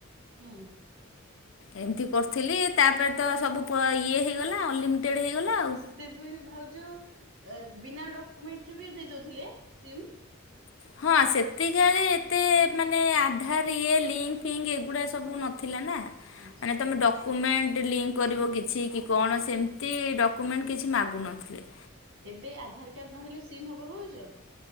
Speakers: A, on the right (about 70°); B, on the left (about 65°).
A: ହୁଁ।
B: ଏମତି କରୁଥିଲି, ତାପରେ ତ ସବୁ ଇଏ ହେଇଗଲା ଅନଲିମିଟେଡ଼୍ ହେଇଗଲା ଆଉ।
A: ସେତେବେଳେ ଭାଉଜ ବିନା ଡକ୍ୟୁମେଣ୍ଟରେ ବି ଦେଇ ଦଉଥିଲେ ସିମ୍।
B: ହଁ ସେତିକିବେଳେ ଏତେ ମାନେ ଆଧାର ଇଏ ଲିଙ୍କ ଫିଙ୍କ ଏଗୁଡା ସବୁ ନ ଥିଲା ନା ମାନେ
A: ଆଚ୍ଛା।
B: ତମେ ଡକୁୁମେଣ୍ଟ ଲିଙ୍କ କରିବ କିଛି କି କଣ ସେମିତି ଡକ୍ୟୁମେଣ୍ଟ କିଛି ମାଗୁ ନଥିଲେ।
A: ଏବେ ଆଧାର କାର୍ଡ ନହେଲେ ସିମ୍ ହବ ଭାଉଜ?